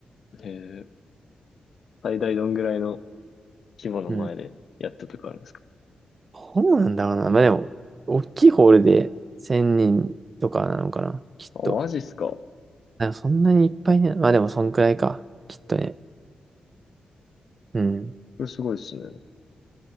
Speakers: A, on the left; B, on the right.
A: い。ええ最大どんぐらいの規模の前でやったとかあるんですか
B: うん。どうなんだろうな。まあでも、大きいホールで1000人とかなのかな、きっと。
A: あ、マジっすかこ
B: あそんなにいっぱいね。まあでも、そんくらいか、きっとね。うん。
A: れすごいっすね。